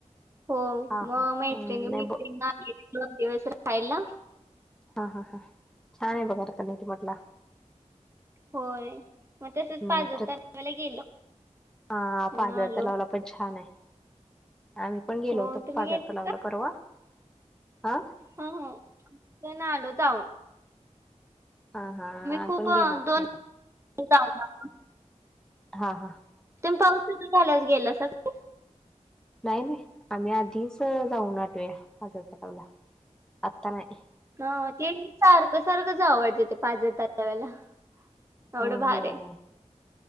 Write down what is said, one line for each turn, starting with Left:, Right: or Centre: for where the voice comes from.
Right: हो,
Centre: हा हा
Right: मग मैत्रिणी
Centre: नाही
Right: मैत्रिणी
Centre: ब
Right: आले दोन दिवस राहिला
Centre: हा हा हा. छान आहे बघायला, कणेरी मठला.
Right: होय मग तसंच
Centre: हम्म
Right: पाजर
Centre: प्र
Right: तलावाला गेलो,
Centre: हा
Right: अन्
Centre: पाझर
Right: मग आलो.
Centre: तलावला पण छान आहे. आम्ही पण गेलो
Right: हो
Centre: होतो
Right: तुम्ही
Centre: पाजर
Right: गेले
Centre: तलावला परवा. आ?
Right: हं हं, पण आलो जाऊन.
Centre: हा हा. आम्ही
Right: खूप
Centre: पण
Right: अं,
Centre: गेलो होतो
Right: दोन
Centre: म्हणलं.
Right: <unintelligible>
Centre: हा हा.
Right: तुम्ही पाऊस सुरू झाल्यास गेला असतसा की?
Centre: नाही, नाही आम्ही आधीस जाऊन आलोय पाझर तलावाला आता नाही.
Right: हा तेनी सारखं, सारखंच जाव वाटतय ते पाझरतलावाला एवढं
Centre: हो
Right: भार
Centre: होय
Right: आहे.